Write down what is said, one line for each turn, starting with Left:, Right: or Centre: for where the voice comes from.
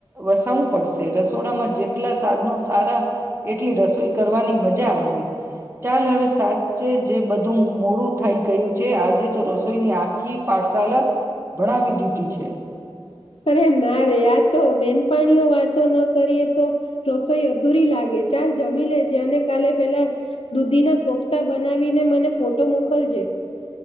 Right: વસાવવું પડશે રસોડામાં જેટલા સાધનો સારા એટલી રસોઈ કરવાની મજા આવે ચાલ, હવે સાચે જે બધું મોડું થઈ ગયું છે, આજે જે તો રસોઈની આખી પાઠશાલા ભણાવી દીધી છે
Left: અરે ના રે આ તો બેનપણીઓ વાતો ન કરીએ તો રસોઈ અધૂરી લાગે ચાલ જમી લેજે અને કાલે પેલા દૂધીના કોફતા બનાવીને મને ફોટો મોકલજે